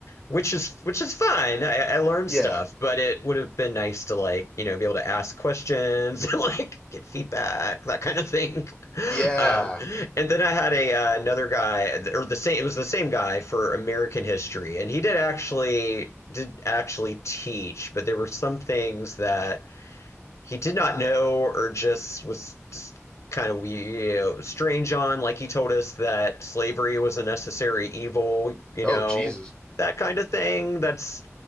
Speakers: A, on the left; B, on the left.
A: which is which is fine. I, I learned
B: Yeah.
A: stuff, but it would have been nice to like you know be able to ask questions <laughs> and like get feedback that kind of thing.
B: Yeah.
A: Um, and then I had a uh, another guy or the same it was the same guy for American history, and he did actually did actually teach, but there were some things that he did not know or just was just kind of we strange on like he told us that slavery was a necessary evil you
B: Oh,
A: know
B: Jesus.
A: that kind of thing that's